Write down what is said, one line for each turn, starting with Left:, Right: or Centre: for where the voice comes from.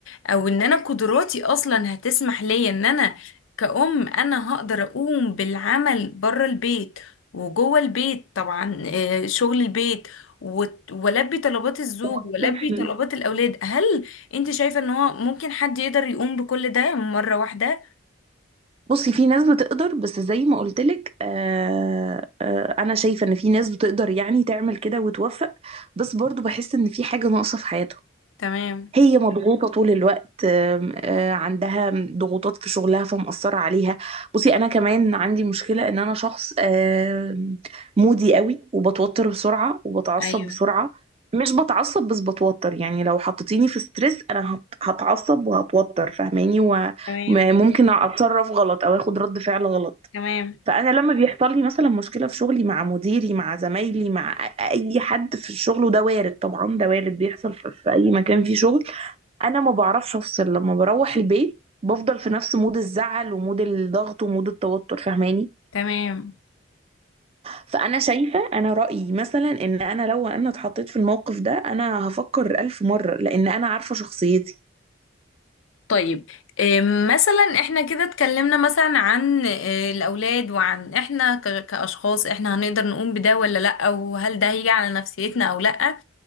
Left: او ان انا قدراتي اصلا هتسمح لي ان انا كأم انا هقدر اقوم بالعمل بره البيت وجوه البيت طبعا آه، شغل البيت وت- والبي طلبات الزوج
Right: والطفل
Left: والبي طلبات الاولاد هل انت شايفة ان هو ممكن حد يقدر يقوم بكل ده مرة واحدة
Right: بصي في ناس بتقدر بس زي ما قلت لك آه آه انا شايفه ان في ناس بتقدر يعني تعمل كده وتوفق بس برضو بحس ان في حاجه ناقصه في حياتهم
Left: تمام
Right: هي مضغوطة طول الوقت آم، آه، عندها ضغوطات في شغلها فمأثرة عليها بصي أنا كمان عندي مشكلة إن أنا شخص آم، مودي قوي وبتوتر بسرعة وبتعصب
Left: ايوه
Right: بسرعة مش بتعصب بس بتوتر يعني لو حطيتيني في ستريس أنا هت- هتعصب وهتوتر فاهماني
Left: تمام
Right: وممكن أتصرف غلط أو أخد رد فعل غلط
Left: تمام
Right: فأنا لما بيحصل لي مثلا مشكلة في شغلي مع مديري مع زمايلي مع أي حد في الشغل وده وارد طبعا ده وارد بيحصل في في أي مكان فيه شغل انا ما بعرفش افصل لما بروح البيت بفضل في نفس مود الزعل ومود الضغط ومود التوتر فاهماني
Left: تمام
Right: فانا شايفه انا رايي مثلا ان انا لو انا اتحطيت في الموقف ده انا هفكر الف مره لان انا عارفه شخصيتي
Left: طيب إيه مثلا احنا كده اتكلمنا مثلا عن إيه الاولاد وعن احنا ك- كاشخاص احنا هنقدر نقوم بده ولا لا وهل ده هيجي على نفسيتنا او لا